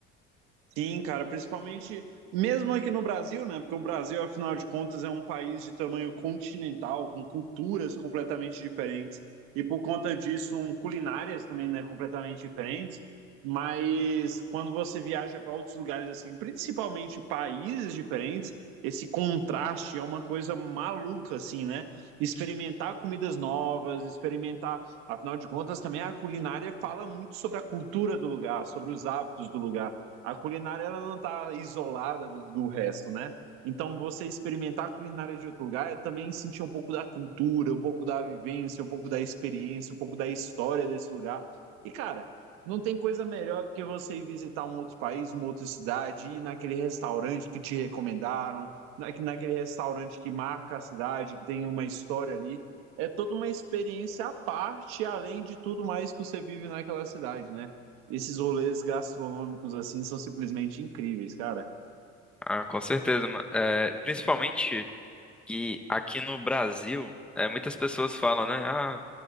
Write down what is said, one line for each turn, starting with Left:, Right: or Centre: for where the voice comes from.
Right: Sim, cara, principalmente mesmo aqui no Brasil, né? Porque o Brasil, afinal de contas, é um país de tamanho continental, com culturas completamente diferentes e por conta disso, um, culinárias também, né, completamente diferentes. Mas quando você viaja para outros lugares assim, principalmente países diferentes, esse contraste é uma coisa maluca assim, né? Experimentar comidas novas, experimentar, afinal de contas, também a culinária fala muito sobre a cultura do lugar, sobre os hábitos do lugar. A culinária ela não está isolada do, do resto, né? Então, você experimentar a culinária de outro lugar é também sentir um pouco da cultura, um pouco da vivência, um pouco da experiência, um pouco da história desse lugar. E, cara, não tem coisa melhor do que você ir visitar um outro país, uma outra cidade, ir naquele restaurante que te recomendaram, na- naquele restaurante que marca a cidade, que tem uma história ali. É toda uma experiência à parte, além de tudo mais que você vive naquela cidade, né? esses rolês gastronômicos assim são simplesmente incríveis, cara.
Centre: Ah, com certeza, mano. É, principalmente. E aqui no Brasil, é, muitas pessoas falam, né? Ah,